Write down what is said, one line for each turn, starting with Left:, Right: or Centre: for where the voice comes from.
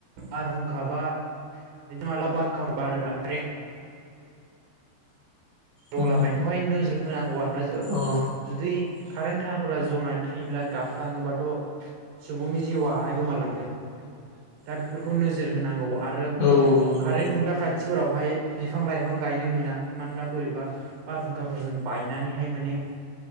Right: बारहुंखा बा बिदिनो मालाबा बांरहुंखा बारोब्ला क्रें दलाबायनखौहाय
Left: उम
Right: नोजोर होनांगौ आरोना जो
Left: औ
Right: जुदि कारेन्ट थारफोरा जनानै थायोब्ला गाबफ्लाङोबाथ' सुबुंनि जिउआहाय गोमालांगोन। दा बेफोरखौ नोजोर होनांगौ आरो
Left: औ नंगौ
Right: कारेन खुन्दा खाथिफोरावहाय बिफां -लाइफां गायनो मोना मानोना बोरै बा बारहुंखाफोरजों बायनानैहाय माने